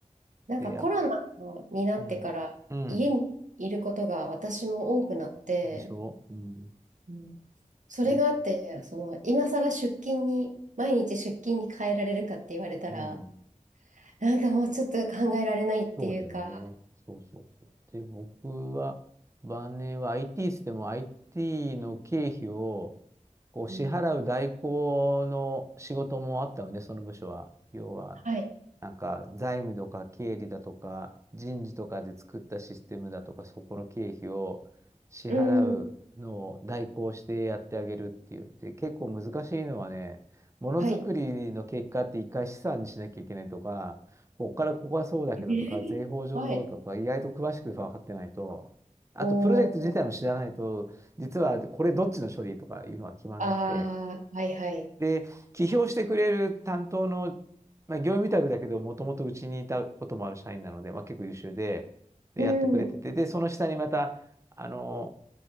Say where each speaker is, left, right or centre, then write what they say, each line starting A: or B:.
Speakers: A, on the right; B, on the right.
A: なんかコロナ
B: う。で、や、
A: になってから家にいることが私も多くなって、
B: うん、うん。でしょうん。
A: うん、それがあって、
B: で、
A: その今更出勤に、毎日出勤に変えられるかって言われたら、
B: うん。
A: なんかもうちょっと考えられないっていうか、
B: そうだよね。そうそうそう。で、僕は、晩年は IT っつっても IT の経費をこう支払う代行の仕事もあったのね、
A: うん。うん
B: その部署は。要は、
A: はい。
B: なんか財務とか経理だとか人事とかで作ったシステムだとかそこの経費を支払うのを代行してやってあげるっていう。
A: うん。
B: で、結構難しいのはね、ものづくりの結果って一回資産にしなきゃいけないとか、
A: はい。
B: こっからここはそうだけどとか、
A: えーはい。
B: 税法上どうとか、意外と詳しく分かってないと、あとプロジェクト自体も知らないと、
A: おー、
B: 実はこれどっちの処理とかいうのは決まんなくて、
A: あー、はいはい。
B: で、起業してくれる担当の、まあ、業務委託だけど、もともとうちにいたこともある社員なので、まあ、結構優秀で、で、
A: うん、
B: やってくれてて、で、その下にまた、あの、